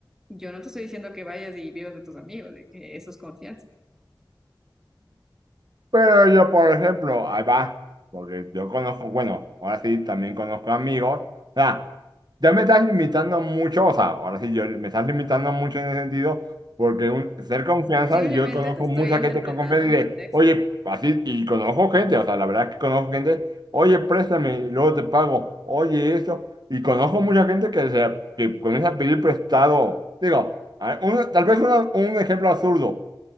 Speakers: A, in the centre; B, on the right (about 55°).
A: Yo no te estoy diciendo que vayas y vivas de tus amigos, de que eso es confianza.
B: Pero yo, por ejemplo, ahí va, porque yo conozco, bueno, ahora sí también conozco amigos. O sea, ya me estás limitando mucho, o sea, ahora sí yo me estás limitando mucho en ese sentido, porque un, ser confianza,
A: Simplemente
B: y yo conozco
A: te estoy
B: mucha
A: interpretando
B: gente con confianza
A: un
B: y de,
A: contexto.
B: oye, así, y conozco gente, o sea, la verdad es que conozco gente, oye, préstame, y luego te pago, oye, esto, y conozco mucha gente que, se, que comienza a pedir prestado. Digo, a- un- tal vez una- un ejemplo absurdo.